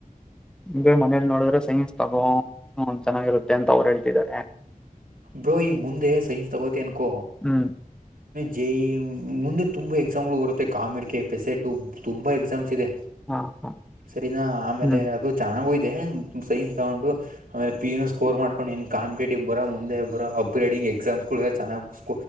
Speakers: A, in the centre; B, on the right.
A: ನಿಮ ಮನೇಲಿ ನೋಡಿದ್ರೆ ಸೈನ್ಸ್ ತಗೋ ಚೆನ್ನಾಗಿರುತ್ತೆ ಅಂತ ಅವ್ರು ಹೇಳ್ತಿದ್ದಾರೆ
B: ಬ್ರೋ ಈಗ ಮುಂದೆ ಸೈನ್ಸ್ ತಗೋತಿ ಅನ್ಕೊ
A: ಹ್ಮ್
B: ಜೆಇಇ ಮುಂದೆ ತುಂಬ ಎಕ್ಸಾಮಗಳು ಬರುತ್ತೆ ಕಾಮಿಡ್ ಕೆ ಪೆಸೆಟು ತುಂಬಾ ಎಕ್ಸಾಮ್ಸ್ ಇದೆ
A: ಹಾ ಹಾ
B: ಸರಿನಾ ಆಮೇಲೆ
A: ಹ್ಮ್
B: ಅದು ಚೆನ್ನಾಗ ಹೋಯ್ತು ನ್ ಸೈನ್ಸ್ ತಗೊಂಡು ಆಮೇಲೆ ಪಿ ಸ್ಕೋರ್ ಮಾಡ್ಕೊಂಡು ನ್ ಕಾಂಪಿಟೇ ಇಬ್ಬರ ಮುಂದೆ ಇಬ್ಬರ ಅಪ್ಗ್ರೇಡಿಂಗ್ ಎಕ್ಸಾಮ್ಸ್ಗಳು ಚೆನ್ನಾಗಿ ಸ್